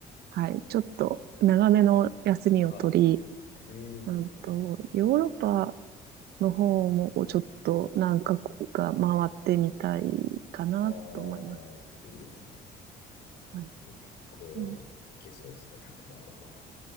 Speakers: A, on the right; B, on the left.
A: はい、ちょっと長めの休みを取り、
B: はい。うん。
A: うんと、ヨーロッパの方もちょっと何カ国か回ってみたいかなと思います。
B: ああ、いいですね。
A: はい、
B: 結構いけそうですね。
A: うん
B: 100万あれば。